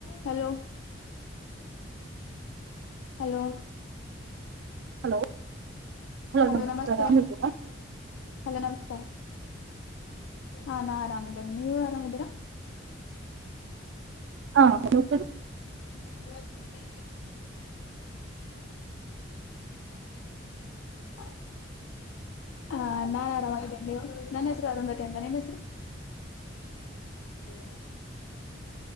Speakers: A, on the left; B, on the right.
A: ಹಲೋ ಹಲೋ
B: ಹಲೋ
A: ಹಲೋ
B: ನಮಸ್ಕಾರ
A: ನಮಸ್ತೆ
B: ಆರಾಮಿದ್ದೀರಾ
A: ಹಲೋ ನಮಸ್ಕಾರ ಹಾ ನಾ ಆರಾಮಿದ್ದೇನೆ ನೀವು ಆರಾಮಿದೀರಾ
B: ಹಾ ಹ ಸ
A: ಉಕ್ಷ ಹ ಹಾ ನಾನ್ ಆರಾಮಾಗಿದ್ದೇನೆ ನೀವು ನನ್ನ ಹೆಸರು ಅರುಂಧತಿ ಅಂತ ನಿಮ್ಮ್ ಹೆಸರು ಎ